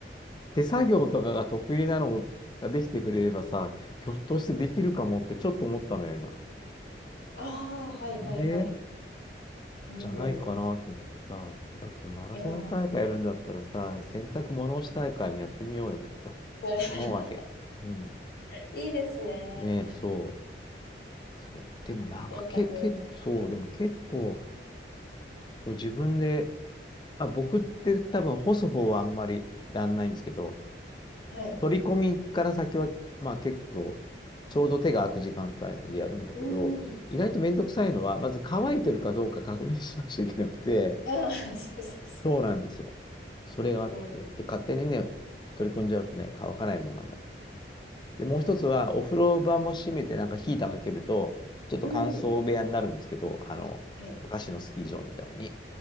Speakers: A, on the left; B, on the left.
A: 手作業とかが得意なのができてくれればさ、ひょっとしてできるかもってちょっと思ったのよ、今。
B: ああ、はいはいはい。
A: ね
B: うんうん。
A: じゃないかなと思ってさ、だってマラソン大会やるんだったらさ、
B: いやー
A: 洗濯物干し大会もやってみようよとかさ、
B: <laughs>
A: 思うわけ。うん。
B: いいですね。
A: ねえそう。そう。でもなんかけ、
B: 洗濯物体験。
A: け、そう、でも結構、そう、自分で、まあ、僕って多分干す方はあんまりやんないんですけど、
B: はい。
A: 取り込みから先は、まあ結構、ちょうど手が空く時間帯なんでやるんだけど、
B: うん。
A: 意外とめんどくさいのは、まず乾いてるかどうか確認しなくちゃいけなくて、
B: ああ、そうそうそ
A: そうなんですよ。それがあって。
B: う。うん。
A: で、勝手にね、取り込んじゃうとね、乾かないままになる。で、もう一つは、
B: いやーですね。
A: お風呂場も閉めて、なんかヒーターかけると、ちょっと乾燥部屋になるんですけど、
B: うん。
A: あの、
B: はい。
A: 昔のスキー場みたいに。